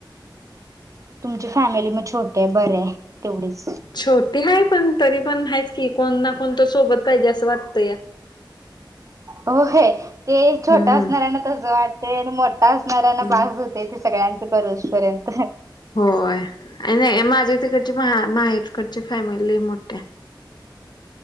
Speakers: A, on the right; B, on the left.
A: तुमची फॅमिली मग छोटे आहे बरे आहे तेवढीच.
B: छोटी आहे पण तरी पण आहेच की कोण ना कोणतं सोबत पाहिजे असं वाटतं.
A: हो हे ते छोटं
B: हम्म
A: असणार आहे ना तसं वाटते आणि मोठं असणाऱ्यांना
B: हम्म
A: बास होते, ते सगळ्यांच करुस पर्यंत.
B: होय, आणि नाही माझं तिकडची मा-माहेरकडची फॅमिली मोठी आहे.